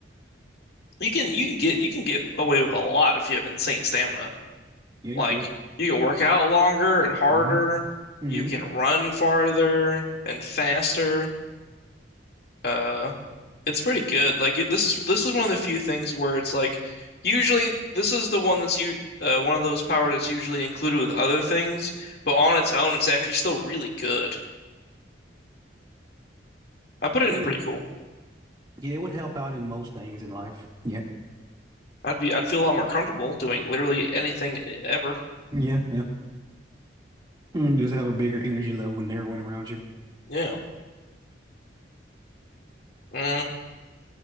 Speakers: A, on the left; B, on the right.
A: You can you can get you can get away with a lot if you have insane stamina.
B: Yeah, you
A: Like
B: could.
A: you can work out longer and harder.
B: Mm-hmm. Mm-hmm.
A: You can run farther and faster. Uh, It's pretty good. Like it, this is this is one of the few things where it's like usually this is the one that's you uh, one of those power that's usually included with other things, but on its own, it's actually still really good. I put it
B: Yeah.
A: in pretty cool.
B: Yeah, it would help out in most things in life. Yeah.
A: I'd be I'd feel a lot more comfortable doing literally anything ever.
B: Yeah. Yeah. Mm, Just have a bigger energy level than everyone around you.
A: Yeah. Mm.